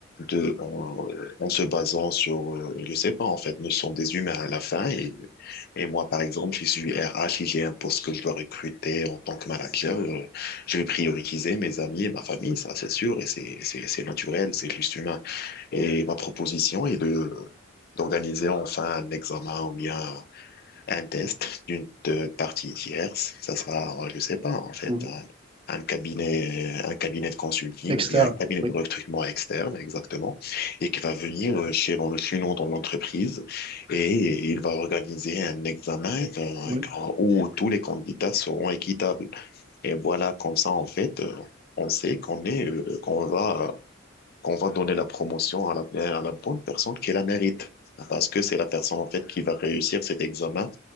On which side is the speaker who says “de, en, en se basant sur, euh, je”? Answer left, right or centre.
Left